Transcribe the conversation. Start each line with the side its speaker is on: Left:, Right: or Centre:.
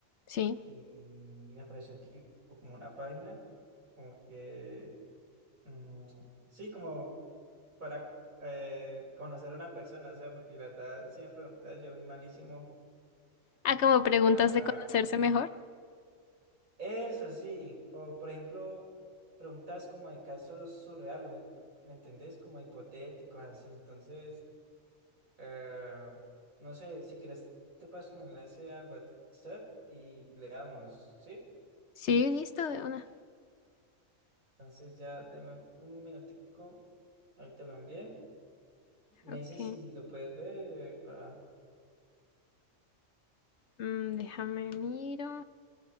Left: sí.
Right: y me apareció tipo como una página, como que, mm, sí, como para eh, conocer a una persona, o sea, porque la verdad, si me preguntas, yo soy malísimo, tipo,
Left: Ah, como preguntas
Right: para-
Left: de conocerse mejor.
Right: eso sí, o por ejemplo, preguntas como de casos surreales, ¿me, me entendés? Como hipotéticos, así, entonces, eh, no sé, si quieres, te paso el enlace al WhatsApp y le damos, ¿sí?
Left: Sí, listo, de una.
Right: Entonces ya dame un minutico. Ahí te lo envié. Me
Left: Ok,
Right: dice si lo puedes ver para
Left: mm, déjame miro.